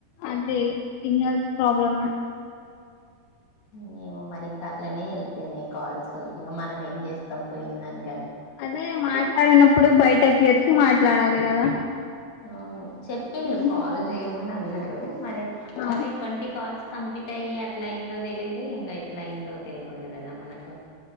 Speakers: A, on the left; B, on the left.
A: అంటే సిగనల్స్ ప్రాబ్లమ్
B: మేమో మరి ఇంక అట్లనే వెళిపోయినాయి కాల్స్ ఇంకా మనం ఏం చేస్తాం పోయిందంట
A: అదే మాట్లాడనప్పుడు బయటకి అ వచ్చి మాట్లాడాలి కదా
B: అవును చెప్పి నకాల్
A: ఉహు
B: చేయమని అన్నా హలో మారే
A: ఆ
B: వాళ్ళట్వంటకి కాల్స్ కంప్లీట్ అయి అట్లా అయిందో తెలిదు ఇంకా ఎట్లా అయిందో తెలియదు కదా మనకు